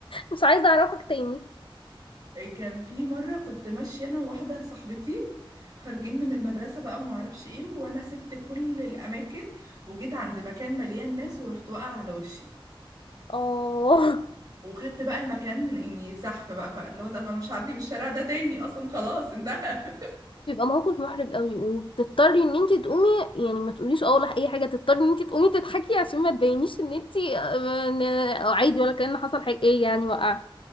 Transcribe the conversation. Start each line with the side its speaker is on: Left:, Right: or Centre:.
Left: مش عايزة اعرفك تاني
Right: كان في مرة كنت ماشية أنا وواحدة صاحبتي خارجين من المدرسة بقى وما اعرفش ايه وانا سبت كل الاماكن وجيت عند مكان مليان ناس ورحت واقعة على وشي
Left: اه
Right: وخدت بقى المكان يعني سحب بقى فاللي هو لا انا مش هعدي من الشارع ده تاني اصلا خلاص انتهى <laughs>
Left: <laughs> بيبقى موقف محرج قوي وبتضطري ان انت تقومي يعني ما تقوليش اه ولا اي حاجه تضطري ان انت تقومي تضحكي عشان ما تبينيش ان انت آه، إن- آه، عادي ولا كأن حصل حاجه ايه يعني وقع